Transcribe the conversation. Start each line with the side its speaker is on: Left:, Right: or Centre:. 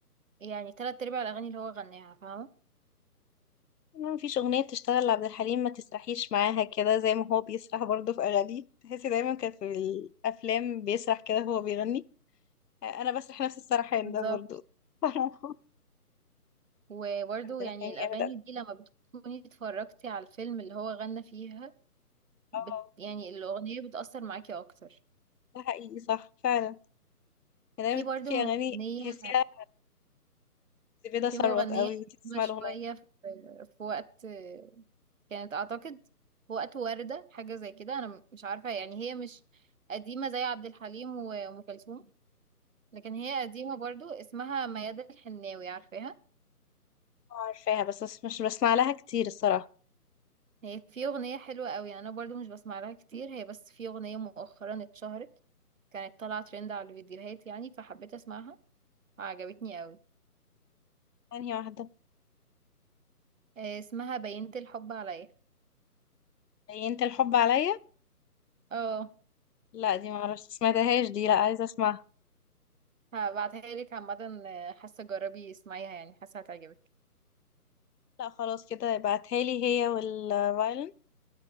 Right: يعني تلات ارباع الاغاني اللي هو غناها فاهمه
Left: ما فيش اغنيه بتشتغل لعبد الحليم ما تسرحيش معاها كده زي ما هو بيسرح برضه في اغانيه تحسي دايما كان في الافلام بيسرح كده وهو بيغني انا بسرح نفس السرحان
Right: بالظبط
Left: ده برضه <laughs>
Right: وبرضه
Left: عبد الحليم
Right: يعني الأغاني
Left: جامد أوي.
Right: دي لما بتكوني اتفرجتي على الفيلم اللي هو غنى فيها بت
Left: اه
Right: يعني الأغنية بتأثر معاكي أكتر
Left: ده حقيقي صح فعلا يعني
Right: في
Left: أنا
Right: برضه
Left: في
Right: مغنية
Left: اغاني تحسيها زبيدة ثروت
Right: في مغنية
Left: قوي وانتي تسمعي
Right: قديمة شوية
Left: الاغنيه
Right: في, في وقت كانت أعتقد في وقت وردة حاجة زي كده أنا مش عارفة يعني هي مش قديمة زي عبد الحليم وأم كلثوم لكن هي قديمة برضه اسمها ميادة الحناوي عارفاها
Left: آه، عارفاها بس بس مش بسمع لها كتير الصراحه
Right: هي في أغنية حلوة قوي يعني أنا برضو مش بسمع لها كتير هي بس في أغنية مؤخرا اتشهرت كانت طالعة ترند على الفيديوهات يعني فحبيت أسمعها عجبتني قوي
Left: ثانيه واحده
Right: آه، اسمها بينت الحب عليا
Left: هي انت الحب عليا
Right: اه
Left: لا دي ما اعرفش سمعتهاش دي لا عايزه اسمعها
Right: هبعتها لك عامة آه، حاسة جربي اسمعيها يعني حاسة هتعجبك
Left: لا خلاص كده ابعتها لي هي والفايلن